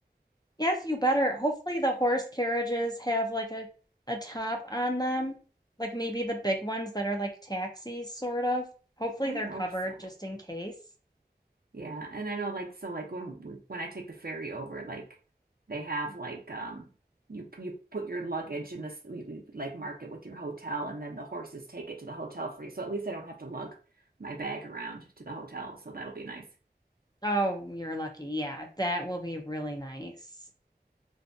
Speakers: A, on the left; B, on the right.
A: Yes, you better. Hopefully the horse carriages have like a a top on them. Like maybe the big ones that are like taxis sort of. Hopefully
B: I
A: they're
B: hope
A: covered
B: so.
A: just in case.
B: Yeah, and I know like so like when when I take the ferry over, like they have like um you you put your luggage in this you, you, like mark it with your hotel and then the horses take it to the hotel for you. So at least I don't have to lug my bag around to the hotel. So that'll be nice.
A: Oh, you're lucky. Yeah, that will be really nice.